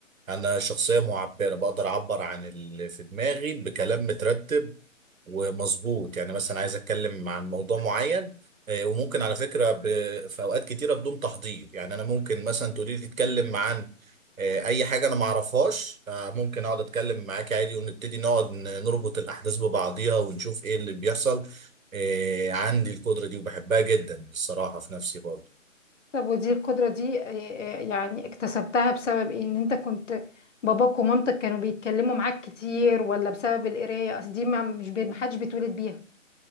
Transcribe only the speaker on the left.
طب ودي القدرة دي آه، آه، يعني اكتسبتها بسبب ايه ان انت كنت باباك ومامتك كانوا بيتكلموا معاك كتير ولا بسبب القراية قصدي ما مش بي- محدش بيتولد بيها